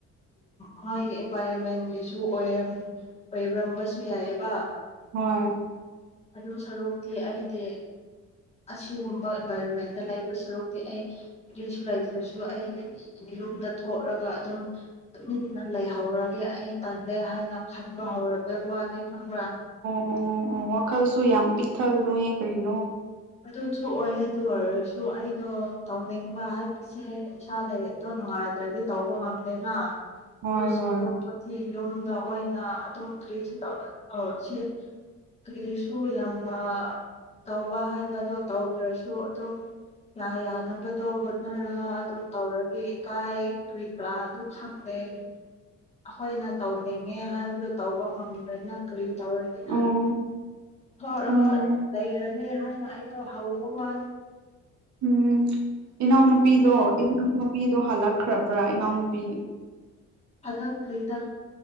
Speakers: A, on the left; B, on the right.
A: ꯃꯥꯒꯤ ꯑꯦꯟꯚꯥꯏꯔꯣꯟꯃꯦꯟꯒꯤꯁꯨ ꯑꯣꯏꯔꯝ ꯑꯣꯏꯔꯝꯕꯁꯨ ꯌꯥꯏꯑꯕ
B: ꯍꯣꯏ
A: ꯑꯗꯨ ꯁꯔꯨꯛꯇꯤ ꯑꯩꯗꯤ ꯑꯁꯤꯒꯨꯝꯕ ꯑꯦꯟꯚꯥꯏꯔꯣꯟꯃꯦꯟꯗ ꯂꯩꯕ ꯁꯔꯨꯛꯇꯤ ꯑꯩ ꯂꯁꯨ ꯂꯩꯥꯏꯁꯨꯁꯨ ꯑꯩ ꯌꯨꯝꯗ ꯊꯣꯛꯂꯒ ꯑꯗꯨꯝ ꯑꯗꯨꯅ ꯂꯩꯍꯧꯔꯒꯦ ꯑꯩ ꯇꯜꯗꯦ ꯍꯥꯏꯅ ꯈꯟꯕ ꯍꯧꯔꯕ ꯋꯥꯅꯤ ꯈꯪꯕ꯭ꯔꯥ
B: ꯑꯣ ꯑꯣ ꯋꯥꯈꯜꯁꯨ ꯌꯥꯝ ꯄꯤꯛꯊꯒꯅꯨꯍꯦ ꯀꯔꯤꯅꯣ
A: ꯑꯗꯨꯁꯨ ꯑꯣꯏ ꯑꯗꯨ ꯑꯣꯏꯔꯁꯨ ꯑꯩꯅ ꯇꯧꯅꯤꯡꯕ ꯍꯥꯏ ꯏꯁꯦ ꯏꯁꯥ ꯂꯔꯤꯛꯇꯣ ꯅꯨꯡꯉꯥꯏꯇ꯭ꯔꯗꯤ ꯇꯧꯕ ꯉꯝꯗꯦꯅ
B: ꯍꯣꯏ
A: ꯑꯗꯨꯁꯨ
B: ꯍꯣꯏ
A: ꯂꯧꯄꯣꯊꯤ ꯌꯨꯝꯗ ꯑꯣꯏꯅ ꯑꯗꯨ ꯀ꯭ꯔꯦꯁ ꯇ ꯁꯤ ꯀꯁꯨ ꯌꯥꯝꯅ ꯇꯧꯕ ꯍꯥꯏꯕꯗꯣ ꯇꯧꯗ꯭ꯔꯁꯨ ꯑꯗꯨꯝ ꯌꯥ ꯌꯥꯅꯕꯗꯣ ꯍꯣꯠꯅꯔꯒ ꯑꯗꯨꯝ ꯇꯧꯔꯒꯦ ꯏꯀꯥꯏꯈꯨ ꯥ ꯑꯗꯨ ꯈꯪꯗꯦ ꯑꯩꯈꯣꯏꯅ ꯇꯧꯅꯤꯡꯉꯦ ꯍꯥꯏꯕꯗꯨ ꯇꯧꯕ ꯉꯝꯗꯅ ꯀꯔꯤ ꯇꯧꯔꯅꯤ
B: ꯑꯣ
A: ꯍꯥꯏꯔꯒ
B: ꯎꯝ
A: ꯂꯩ ꯑꯦ ꯍꯥꯏꯅ ꯑꯩꯗꯣ ꯍꯧꯕ ꯋꯥ
B: ꯎꯝ ꯏꯅꯥꯎꯅꯨꯄꯤꯗꯣ ꯏꯅꯥꯎꯅꯨꯄꯤꯗꯣ ꯍꯜꯂꯛꯈ꯭ꯔꯕ꯭ꯔꯥ ꯏꯅꯥꯎꯅꯨꯄꯤ
A: ꯑꯗ ꯀ꯭ꯔꯤꯗꯥ